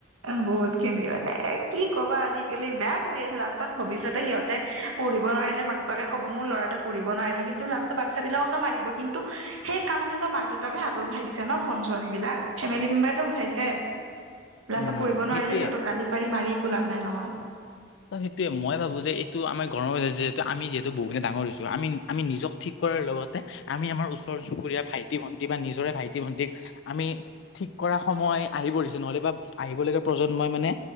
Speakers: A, on the right (about 80°); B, on the left (about 60°).
A: উম বহুত খিনি এ কি কবা আজিকালি বেয়া কৰি আছে লাষ্টত ভৱিষ্যতে সিহঁতে। পঢ়িব নোৱাৰিলে মাক বাপাকে ক'ব মোৰ ল'ৰাটে পঢ়িব নোৱাৰিলে কিন্তু লাষ্টৰ বাচ্ছাবিলাককে মাৰিব কিন্তু, সেই কাম খিনিতো মাক দেউতাকে হাতত উঠাই দিছে ন ফোন চোৱা সেইবিলাক ফেমিলি মেম্বাৰটো উঠাইছে। লাষ্টত
B: উম
A: পঢ়িব নোৱাৰিলে
B: সেইটোয়ে
A: সিহঁতক গালি পাৰি মাৰি একো লাভ নাই নহয়।
B: ত সেইটোৱে মই ভাবো যে এইটো আমাৰ গৰম যিহেতু আমি বহুখিন ডাঙৰ হৈছো আমি। আমি নিজক ঠিক কৰাৰ লগতে আমি আমাৰ ওচৰ চুবুৰীয়া ভাইটি ভণ্টি বা নিজৰে ভাইটি ভণ্টিক। আমি ঠিক কৰা সময় আহি পৰিছো নহলে বা আহিবলগীয়া প্ৰজন্মই মানে,